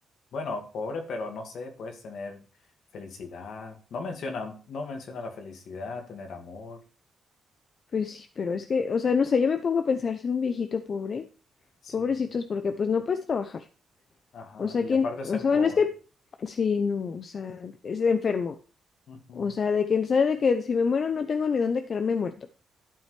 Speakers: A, on the left (about 75°); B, on the left (about 55°).
A: Bueno, pobre, pero no sé, puedes tener felicidad. No menciona, no menciona la felicidad, tener amor.
B: Pues sí, pero es que, o sea, no sé, yo me pongo a pensar ser un viejito pobre,
A: Sí.
B: pobrecitos, porque pues no puedes trabajar.
A: Ajá.
B: O sea,
A: Y
B: ¿quién?
A: aparte de
B: O
A: ser
B: sea,
A: pobre.
B: bueno, es que, sí, no, o sea, es enfermo.
A: Ujú,
B: O sea, de que sabe de que si me muero no tengo ni dónde quedarme muerto.